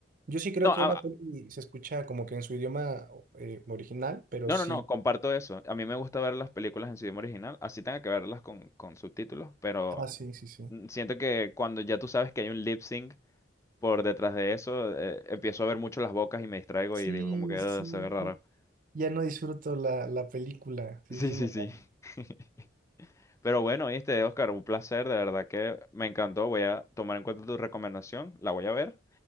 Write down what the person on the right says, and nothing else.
yo sí creo
que
una peli
se escucha como que en su idioma eh, original, pero
sí.
Ah, sí, sí, sí.
Sí,
sí,
sí.
Ya no disfruto la, la película. Sí,
sí, sí,
me
pasa.